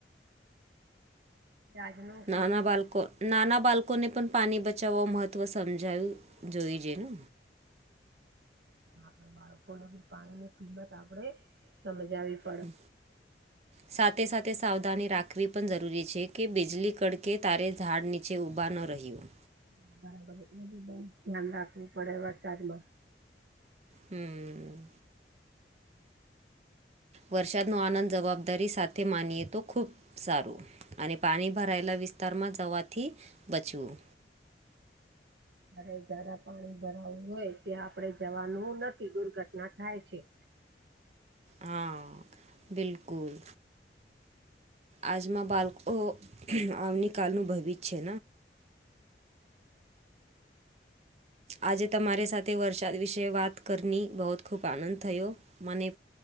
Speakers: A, on the right; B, on the right.
A: આજનો
B: નાના
A: કેવો
B: બાલ્કોટ
A: છે
B: નાના બાળકોને પણ પાણી બચાવવા મહત્વ સમજાવું જોઈ છે ને
A: આપ બાળકોને બી પાણી ની કિંમત આપડે સમજાવી
B: હમ્મ. સાથે સાથે સાવધાની રાખવી પણ જરૂરી છે કે બીજળી કડકે તારે ઝાડ નીચે જે ઊબા ન રહીયું
A: હા બરાબર એટલે બી બઉ ધ્યાન રાખવું પડે વરસાદ માં
B: હમ્મ. વરસાદનો આનંદ જવાબદારી સાથે માનીએ તો ખૂબ સારું અને પાણી ભરાયેલા વિસ્ત તારમાં જવાથી બચવું
A: અરે જરા પાણી ભરાવું હોય ત્યાં આપડે જવાનું નથી દુર્ઘટના થાય છે.
B: હા બિલકુલ. આજમાં બાળકો આમની કાલનુંભવિત છે. આજે તમારી સાથે વરસાદ વિશે વાત કરીની બહુ જ ખૂબ આનંદ થયો મને